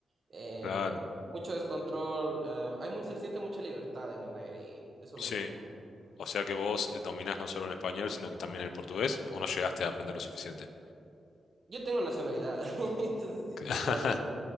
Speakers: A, on the right; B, on the left.
A: eh,
B: claro,
A: mucho descontrol, eh, hay mucho, se siente mucha libertad en el aire y eso
B: sí.
A: me gustó mucho.
B: O sea que vos eh, dominás no solo el español, sino que también el portugués, o no llegaste a aprender lo suficiente.
A: Yo tengo nacionalidad, <laughs> entonces sí,
B: <laughs>
A: te, sí hablo por